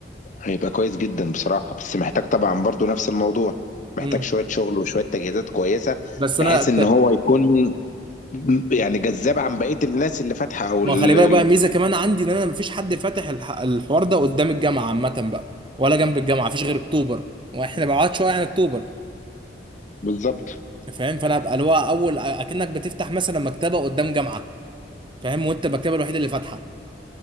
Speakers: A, on the left (about 45°); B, on the right (about 30°).
A: هيبقى كويس جدا بصراحة بس محتاج طبعا برضو نفس الموضوع محتاج
B: مم.
A: شوية شغل وشوية تجهيزات كويسة
B: بس انا
A: بحيث
B: ت-
A: ان هو يكون يعني جذاب عن بقية الناس اللي فاتحة او
B: ما
A: ال-
B: خلي بالك
A: ال-
B: بقى ميزه كمان عندي ان انا مفيش حد فاتح الح... الحوار ده قدام الجامعه عامه بقى ولا جنب الجامعه مفيش غير اكتوبر واحنا بعاد شويه عن اكتوبر
A: بالظبط
B: فاهم فانا ابقى اللي هو اول اكنك بتفتح مثلا مكتبه قدام جامعه فاهم وانت المكتبه الوحيده اللي فاتحه